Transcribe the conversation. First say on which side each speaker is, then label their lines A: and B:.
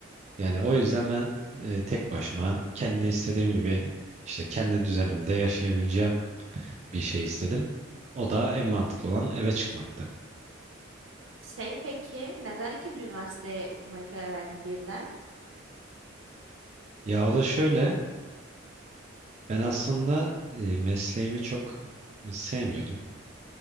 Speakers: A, on the right; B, on the right.
A: Yani o yüzden ben e, tek başıma kendi istediğim gibi işte kendi düzenimde yaşayabileceğim bir şey istedim. O da en mantıklı olan eve çıkmaktı.
B: Şey peki, neden ikinci üniversiteye okumaya karar verdin birden?
A: Ya o da şöyle. Ben aslında e, mesleğimi çok sevmiyordum.